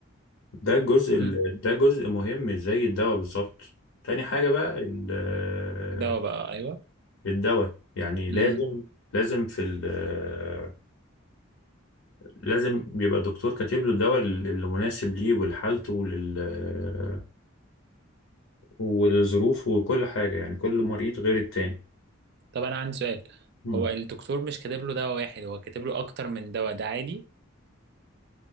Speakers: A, on the left; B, on the right.
A: ده الجزء ال-
B: امم
A: ده جزء مهم زي الدواء بالظبط تاني حاجة بقى ال- آه،
B: دواء بقى ايوه
A: الدواء يعني لازم
B: امم
A: لازم في ال آه، لازم بيبقى الدكتور كاتب له الدواء اللي مناسب ليه ولحالته ولل آه، ولظروفه وكل حاجة يعني كل مريض غير التاني
B: طب انا عندي سؤال
A: مم.
B: هو الدكتور مش كاتب له دواء واحد هو كاتب له اكتر من دواء ده عادي